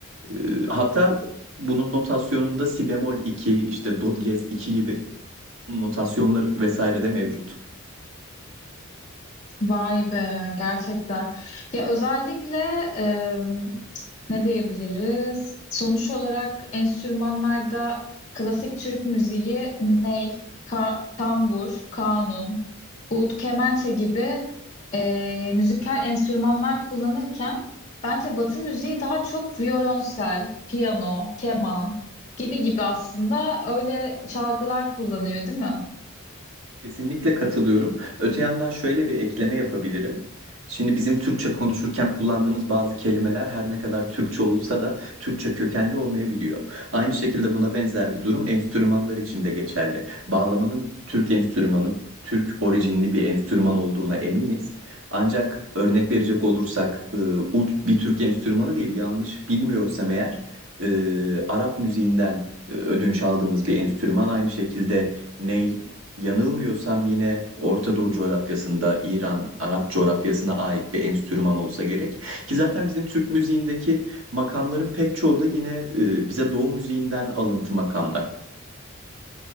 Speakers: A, on the right; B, on the left.
A: E, hatta bunun notasyonunda si bemol 2 işte do diyez 2 gibi notasyonları vesaire de mevcut.
B: Vay be gerçekten. Ya özellikle em, ne diyebiliriz? Sonuç olarak enstrümanlarda klasik Türk müziği ney, ka- tambur, kanun, ud, kemençe gibi e, müzikal enstrümanlar kullanırken bence Batı müziği daha çok violonsel, piyano, keman gibi gibi aslında öyle çalgılar kullanıyor, değil mi?
A: Kesinlikle katılıyorum. Öte yandan şöyle bir ekleme yapabilirim. Şimdi bizim Türkçe konuşurken kullandığımız bazı kelimeler her ne kadar Türkçe olsa da Türkçe kökenli olmayabiliyor. Aynı şekilde buna benzer bir durum enstrümanlar için de geçerli. Bağlamanın Türk enstrümanı, Türk orijinli bir enstrüman olduğuna eminiz. Ancak örnek verecek olursak e, ud bir Türk enstrümanı değil yanlış bilmiyorsam eğer e, Arap müziğinden e, ödünç aldığımız bir enstrüman aynı şekilde ney Yanılmıyorsam yine Orta Doğu coğrafyasında İran, Arap coğrafyasına ait bir enstrüman olsa gerek. Ki zaten bizim Türk müziğindeki makamların pek çoğu da yine e, bize Doğu müziğinden alıntı makamlar.